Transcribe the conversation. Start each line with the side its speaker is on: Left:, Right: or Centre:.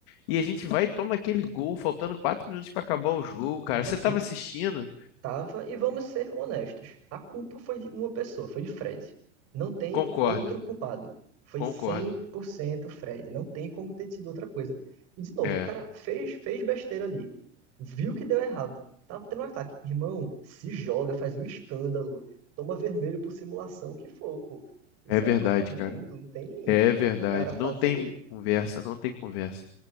Left: e a gente vai e toma aquele gol, faltando quatro minutos para acabar o jogo, cara.
Right: Mas
Left: Você
Right: assim,
Left: estava assistindo?
Right: Tava, e vamos ser honestos, a culpa foi de uma pessoa, foi de Fred. Não tem
Left: Concordo,
Right: outro culpado. Foi
Left: concordo.
Right: 100% Fred, não tem como ter sido outra coisa. E de novo,
Left: É.
Right: o cara fez, fez besteira ali, viu que deu errado, tava tendo um ataque. Irmão, se joga, faz um escândalo, toma vermelho por simulação, o que for, pô. Isso
Left: É verdade,
Right: é Copa do
Left: cara.
Right: Mundo, não tem
Left: É verdade.
Right: o que o cara fazer.
Left: Não tem conversa, não tem conversa.